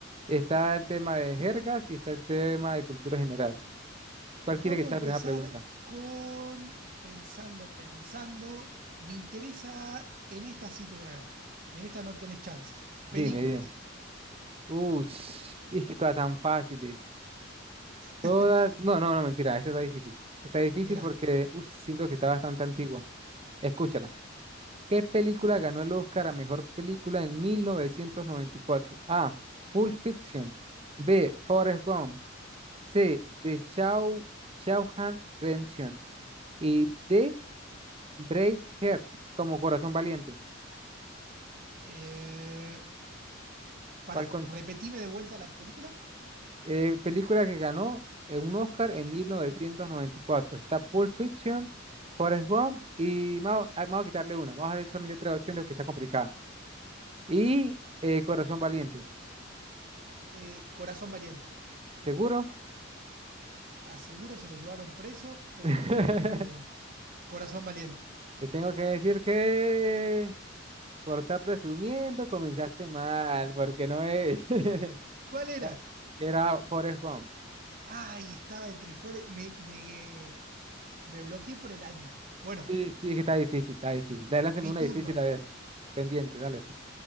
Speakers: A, on the right; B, on the right.
A: está el tema de jergas y está el tema de cultura general. ¿Cuál
B: Vamos
A: quiere que sea
B: a empezar
A: la primera pregunta?
B: con pensando, pensando. Me interesa, en esta sí te voy a ganar. En esta no tenés chances.
A: Dime,
B: Películas.
A: dime. Uy, es que todas tan fáciles. Todas.
B: <laughs>
A: No, no, no, mentira. Esta está difícil. Está difícil
B: Mirá.
A: porque uy, siento que está bastante antigua. Escúchala. ¿Qué película ganó el Oscar a mejor película en 1994? A. Pulp Fiction. B. Forrest Gump. C. The Shaw, Shawshank Redemption. Y D. Braveheart, como Corazón Valiente.
B: Eh,
A: ¿Cuál
B: pará,
A: con-
B: repetime de vuelta la película.
A: eh, película que ganó eh, un Oscar en 1994? Está Pulp Fiction, Forrest Gump y vamos, ah, vamos a quitarle una. Vamos a ver solamente tres opciones que está complicada. Y eh, Corazón Valiente.
B: Eh, Corazón Valiente.
A: ¿Seguro?
B: A seguro se lo llevaron preso, pero
A: <laughs>
B: Corazón Valiente.
A: Te tengo que decir que por estar presumiendo comenzaste mal, porque no es. <laughs>
B: ¿Cuál era?
A: Ah, Era Forrest Gump.
B: Ay, estaba entre fuera. Me, me, me bloqueé por el año. Bueno,
A: Sí, sí, es que está difícil, está difícil. Dale, lánzame
B: mi
A: una
B: turno.
A: difícil a ver. Pendiente, dale,